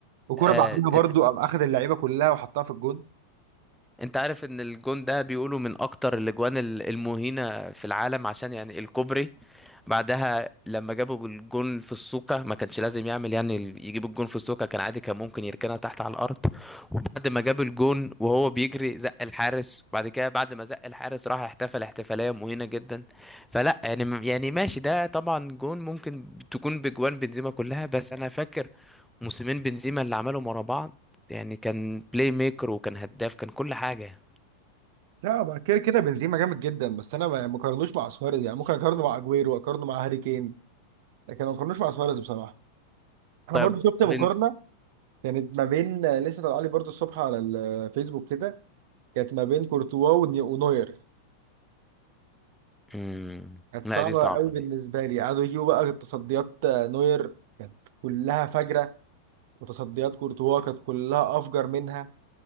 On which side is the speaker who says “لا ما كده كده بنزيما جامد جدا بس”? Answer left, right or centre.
Right